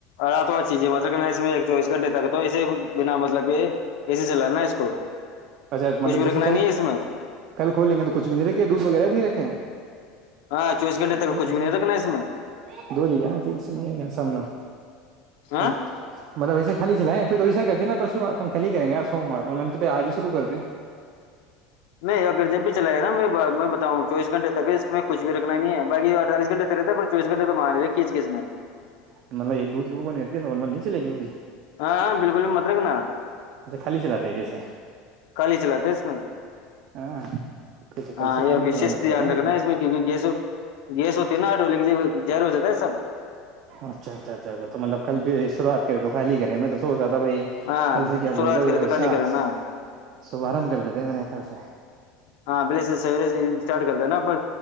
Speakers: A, on the left; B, on the right.
A: رات اور چیزیں مکھنا اس میں چویس گھنٹے تک تو اسے بنا مطلب ایسے چل نا اس کو
B: اچھا مطلب
A: کچھ بھی
B: جیسے
A: رکھنا
B: کل
A: نہیں ہے اس میں
B: کل کھولیں گے تو کچھ بھی نہیں رکھے دودھ وغیرہ بھی نہیں رکھے
A: ہاں چوبیس گھنٹے تک
B: ڈلی
A: کچھ بھی
B: جانا
A: نہیں رکھنا اس میں
B: ڈلی جانا تین سو یہ ج سامنا
A: ہاں
B: مطلب ایسے خالی چلیں پھر تو ایسا کرتے نا پر خ کر گے س شرو کر دیں
A: نہیں اگر جب بھی چل گ نا میں میں بتاوں چویس گھنٹےک اس میں کچھ بھی رکھنا نہیں ہے بای اڑتالس گھنٹ تیرے پر چوبیس گنے تو مان نہیںز کے اس میں
B: مطلب ایک دودھ گو کو ن چےگ اییا
A: ہاں بالکل بھی مت رکھنا
B: ایسے خالی چلاتے ہیں جیسے
A: کالی چلاتے اس میں
B: ہاں پھر تو کل
A: ہاں
B: سے
A: یہ
B: خالی
A: وشش
B: چلانا
A: دھیان
B: پڑے گا مطلب
A: رکھ نا اس میں کیونکہ گیسوں گیس ہوتی ہے نا ڈولے کی زر ہو جاتا ہے سب
B: اچھا اچھا اچھا اچھ تو مطلب کل پ شروات کرے تو خالی کریں میں تو سوات بھائی
A: ہاں
B: کل سے کیا
A: شروعات
B: بولتے ہو
A: کرے تو
B: اس
A: کالی
B: کا
A: کرے نا
B: شبارمب کرتے تھے میں نے کل سے
A: ہاں پہلے سے سویرے سے اسٹارٹ کر د ہے نا پر